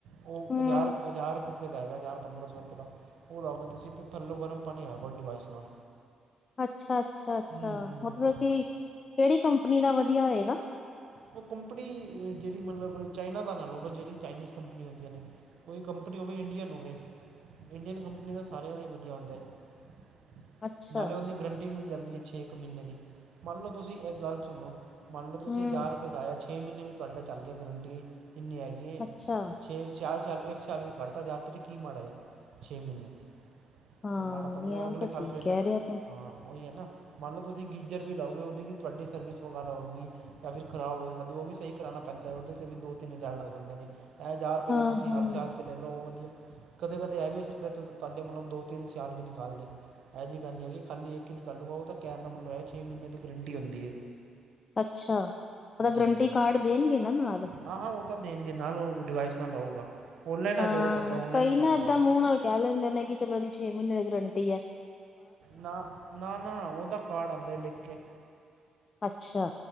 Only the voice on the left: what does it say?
ਹਮ
ਅੱਛਾ-ਅੱਛਾ-ਅੱਛਾ
ਮਤਲਬ
ਕਿ ਕਿਹੜੀ ਕੰਪਨੀ ਦਾ ਵਧੀਆ ਹੋਏਗਾ?
ਅੱਛਾ
ਹਮ
ਅੱਛਾ
ਹਾਂ
ਇਹ
ਠੀਕ
ਕਹਿ
ਰਿਹਾ ਤੂੰ
ਹਾਂ
ਹਾਂ
ਅੱਛਾ ਉਹਦਾ ਗਾਰੰਟੀ
ਕਾਰਡ ਦੇਣਗੇ ਨਾ ਨਾਲ।
ਹਾਂ,
ਕਈ
ਨਾ
ਏਦਾਂ
ਮੂੰਹ ਨਾਲ ਕੈ ਦਿੰਦੇ ਨੇ ਕਿ ਚਲੋ ਜੀ ਛੇ ਮੀਨੇ ਦੀ ਗਰੰਟੀ ਐ।
ਅੱਛਾ।